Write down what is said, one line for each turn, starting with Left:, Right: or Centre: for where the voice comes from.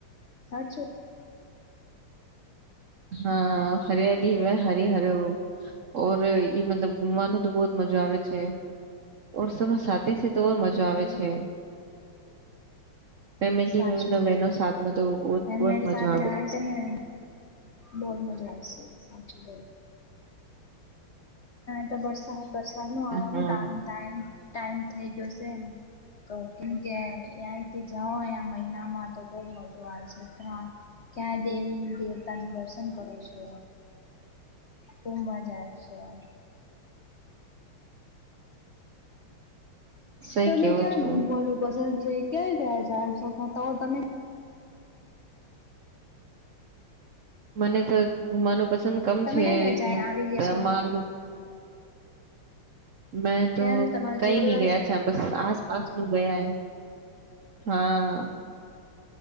Left: સાચું
Right: હા હરિયાલી મે હરે હરે ઓર એ મતલબ. ઘુમવાનું તો બહ જ મજા આવે છે. ઓરસમાં સાથે છે તોર મજા આવે
Left: હા
Right: છે. ફેમિલી
Left: સાચું
Right: બહેનો સાથમાં તો બહુત બહુત
Left: મેરે
Right: મજા
Left: સાથે આવે છે. બહું જ મજા આવશે સાચે એ તો વરસાદ. વરસાદ નું આવાનું
Right: હમ
Left: ટ ટાઈમ થઇ ગયો છે ને. તો કેમકે ત્યાં જવામાં મહિનામાં તો બહું મજા આવે છે ત્યાં. ક્યાં દેવી દેવતા ન દર્શન કરો છો ખુબ મજા આવે છે. <inaudible>
Right: સહી
Left: તમે
Right: કેવો
Left: ક્યા
Right: છો
Left: ઘુમવાનું પસંદ. જે ક્યાં કયાં જાવો છો તો તો તમે.
Right: મને તો ઘુમાવાનું પસંદ કમ
Left: તમે ક્યાં ગયા જને
Right: છે
Left: આવી ગયા
Right: તમા.
Left: છો
Right: મેં તો
Left: કેમ તમાર
Right: કઈ
Left: જે
Right: નઈ
Left: બધા
Right: ગઈ બસ આસપાસ નું ગયા હૈ હા.